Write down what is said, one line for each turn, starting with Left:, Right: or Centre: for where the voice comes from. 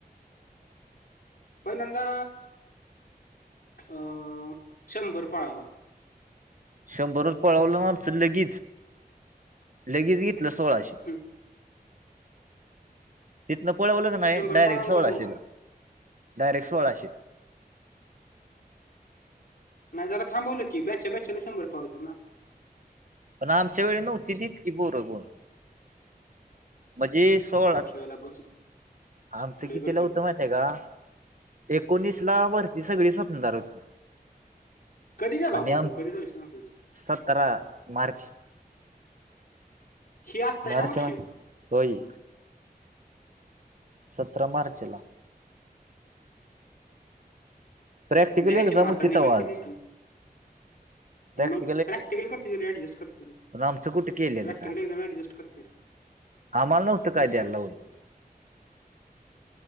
Left: पण नंदा अ शंभर पळावलं
Right: शंभरच पळवलं आमचं लगेच लगेच घेतलं सोळाशे
Left: हम्म.
Right: तिथनं पळवलं क नाही
Left: शंभर
Right: डायरेक्ट
Left: पाळावलं
Right: सोळाशेला.
Left: हो
Right: डायरेक्ट सोळाशे.
Left: नाही जरा थांबवलं की ब्याच्या बचं शंभर पावज ना.
Right: पण आमच्या वेळी नव्हती तितकी बोघून म्हणजे सोळा
Left: आमच्या गर्दी
Right: आमचं
Left: लय
Right: कितीला
Left: गर्दी
Right: उतमत
Left: होती
Right: आहे का. एकोणीस ला वरती सगळी स्वपनदार होती
Left: कधी घ्याला
Right: आणि
Left: होत
Right: आम
Left: तो कधीचा विषय तो
Right: सतरा मार्च
Left: ही आत्ता ह्या
Right: मार्च
Left: वर्षी
Right: म होय सतरा मार्चला प्रॅक्टिकली
Left: द्यायची
Right: एक
Left: मग
Right: जम
Left: आता
Right: तिथं
Left: निघल
Right: वाज
Left: ती ती
Right: प्रॅक्ट
Left: मग प्रॅक्टिकल करते रे, ऍडजस्ट करते रे.
Right: केम चकुट केलेले
Left: प्रॅक्टिकल
Right: का
Left: एकदम ऍडजस्ट करते रे.
Right: आम्हाला नव्हतं काय
Left: हा
Right: द्याय लावल.
Left: बरोबर